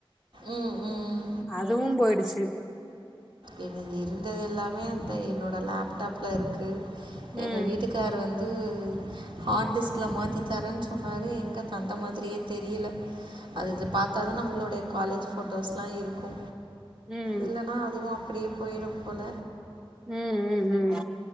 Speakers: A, on the right; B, in the centre.
A: ம் ம்
B: அதுவும் போயிடுச்சி
A: இது இருந்தது எல்லாமே அந்த என்னோட லேப்டாப்ல இருக்கு எங்க
B: ம்
A: வீட்டுக்காரு வந்து ஹார்ட் டிஸ்க்ல மாத்தி தரன் சொன்னாரு எங்க தந்த மாதிரியே தெரியல அதுதுல பாத்தா தா நம்மளுடைய காலேஜ் போட்டோஸ்லா இருக்கு
B: ம்
A: இல்லன்னா அதுவும் அப்டியே போயிடும் போல
B: ம் ம் ம்